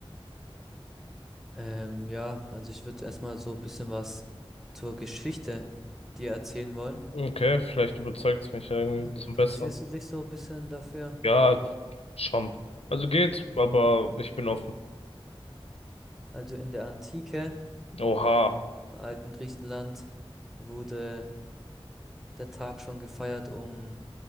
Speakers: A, in the centre; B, on the left (about 85°).
A: Ähm, ja, also ich würde erstmal so ein bisschen was zur Geschichte dir erzählen wollen.
B: Okay, vielleicht überzeugt's mich ja irgendwie
A: Also interessierst
B: zum Besseren.
A: du dich so ein bisschen dafür?
B: Ja, schon. Also geht, aber ich bin offen.
A: Also in der Antike,
B: Oha.
A: ähm, im alten Griechenland wurde der Tag schon gefeiert, um